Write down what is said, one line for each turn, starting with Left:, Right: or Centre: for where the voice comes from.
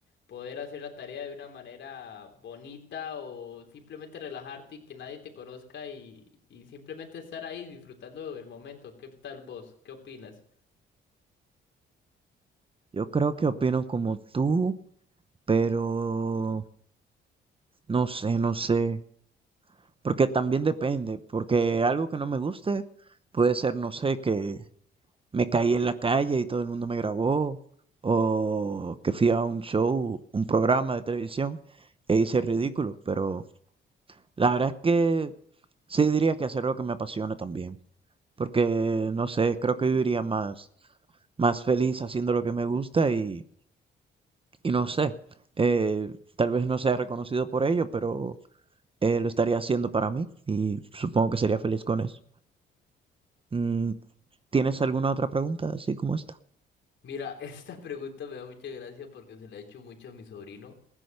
Left: poder hacer la tarea de una manera bonita o simplemente relajarte y que nadie te conozca y, y simplemente estar ahí disfrutando del momento. ¿Qué tal vos? ¿Qué opinas?
Right: Yo creo que opino como tú, pero no sé, no sé, porque también depende, porque algo que no me guste puede ser, no sé, que me caí en la calle y todo el mundo me grabó, o que fui a un show, un programa de televisión e hice ridículo, pero la verdad es que sí diría que hacer lo que me apasiona también. porque no sé, creo que viviría más, más feliz haciendo lo que me gusta y, y no sé, eh, tal vez no sea reconocido por ello, pero eh, lo estaría haciendo para mí y supongo que sería feliz con eso. Mm, ¿tienes alguna otra pregunta así como esta?
Left: Mira, <laughs> esta pregunta me da mucha gracia porque se la he hecho mucho a mi sobrino.